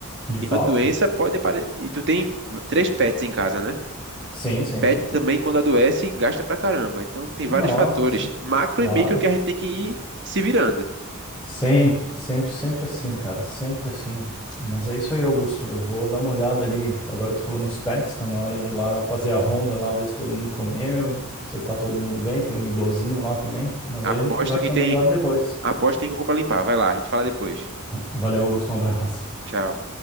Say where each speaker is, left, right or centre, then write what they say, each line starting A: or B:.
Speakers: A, in the centre; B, on the right (about 55°).
A: de fato,
B: E uma doença pode apare... e tu tem três pets em casa, né?
A: sim, sim,
B: Pet
A: sim.
B: também quando adoece gasta pra caramba. Então tem
A: Nossa,
B: vários fatores,
A: sim, sim.
B: macro
A: Claro.
B: e micro que a gente tem que ir se virando.
A: Sempre, sempre, sempre assim, cara, sempre assim. Mas é isso aí, Augusto. Eu vou dar uma olhada ali. Agora tu falou nos pets, tá na hora de ir lá fazer a ronda lá, ver se todo mundo comeu, se tá todo mundo bem. Tem um idosinho lá também. Mas
B: Aposto
A: aí a gente conversa
B: que tem,
A: melhor depois.
B: aposto que tem que comprar limpar. Vai lá, a gente fala depois.
A: Valeu, Augusto, um abraço.
B: Tchau.